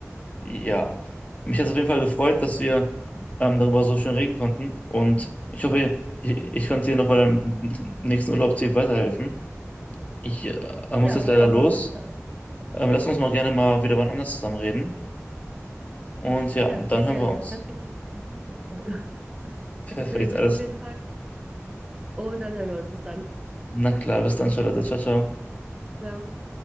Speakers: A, on the left; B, on the right.
A: Ja, mich hat es auf jeden Fall gefreut, dass wir ähm, darüber so schön reden konnten. Und ich hoffe, ich, ich konnte dir noch bei deinem nächsten Urlaubsziel weiterhelfen. Ich äh, muss
B: Ja,
A: jetzt leider
B: doch,
A: los.
B: auf jeden Fall.
A: Ähm, lass uns mal gerne mal wieder wann anders zusammen reden. Und ja,
B: Ja,
A: dann
B: sehr gerne.
A: hören wir uns.
B: Danke für den Tipp. Sorry. <laughs> Danke
A: Perfekt,
B: für den Tipp
A: alles.
B: auf jeden Fall. Und dann hören wir uns. Bis dann.
A: Na klar, bis dann, Charlotte. Ciao, ciao.
B: Ciao.